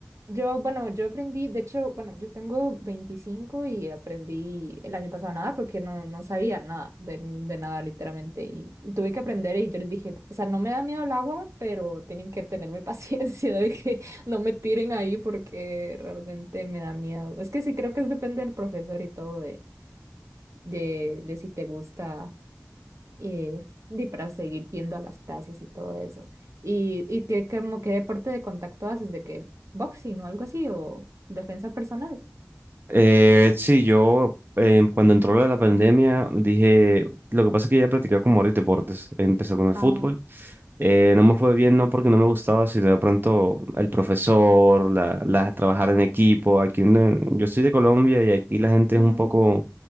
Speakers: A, on the right; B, on the right.
A: Yo, bueno, yo aprendí, de hecho, bueno, yo tengo 25 y aprendí el año pasado nada porque no, no sabía nada de, de nada literalmente y tuve que aprender y yo les dije, o sea, no me da miedo el agua, pero tienen que tenerme <laughs> paciencia de que no me tiren ahí porque realmente me da miedo. Es que sí, creo que es depende del profesor y todo de, de, de si te gusta eh, y para seguir yendo a las clases y todo eso. ¿Y, y qué, como, qué deporte de contacto haces? ¿De qué? ¿Boxing o algo así? ¿O defensa personal?
B: Eh, sí, yo eh, cuando entró lo de la pandemia dije, lo que pasa es que ya practicaba como varios deportes. Empecé con el
A: Ah,
B: fútbol. Eh, no me fue bien, no porque no me gustaba, sino de pronto el profesor, la, la- trabajar en equipo. Aquí no- yo soy de Colombia y aquí la gente
A: ujú.
B: es un poco